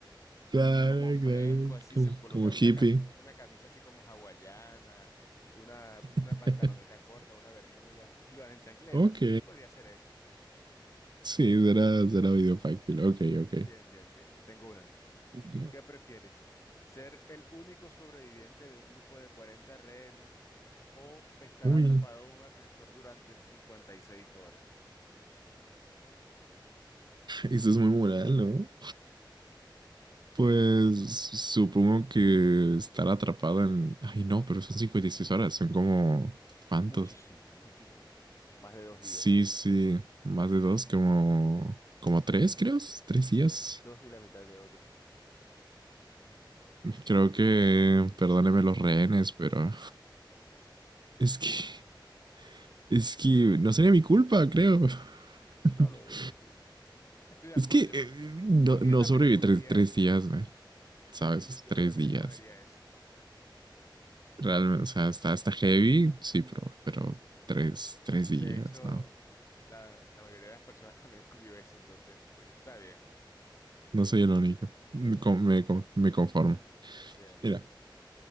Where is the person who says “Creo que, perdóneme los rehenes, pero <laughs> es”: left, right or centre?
Right